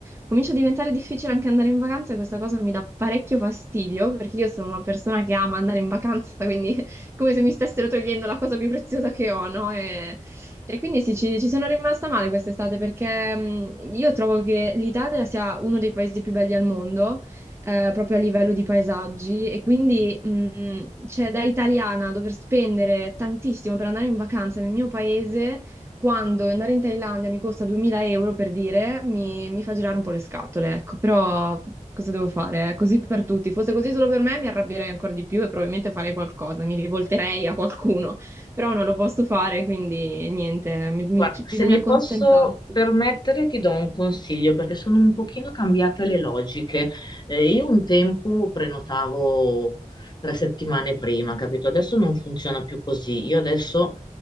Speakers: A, on the right; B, on the left.
A: comincia a diventare difficile anche andare in vacanza e questa cosa mi dà parecchio fastidio perché io sono una persona che ama andare in vacanza, quindi come se mi stessero togliendo la cosa più preziosa che ho, no? E, e quindi sì, ci, ci sono rimasta male quest'estate perché mh, io trovo che l'Italia sia uno dei paesi più belli al mondo, eh, proprio a livello di paesaggi, e quindi mh, cioè, da italiana dover spendere tantissimo per andare in vacanza nel mio paese quando andare in Thailandia mi costa 2000 euro per dire, mi, mi fa girare un po' le scatole, ecco, però cosa devo fare? È Così per tutti, fosse così solo per me mi arrabbierei ancora di più e probabilmente farei qualcosa, mi rivolterei a qualcuno, però non lo posso fare, quindi niente, mi- mi-
B: Guarda,
A: ci-
B: se
A: bisogna
B: mi
A: accontentarsi.
B: posso permettere, ti do un consiglio perché sono un pochino cambiate le logiche. Eh, io un tempo prenotavo tre settimane prima, capito? Adesso non funziona più così. Io adesso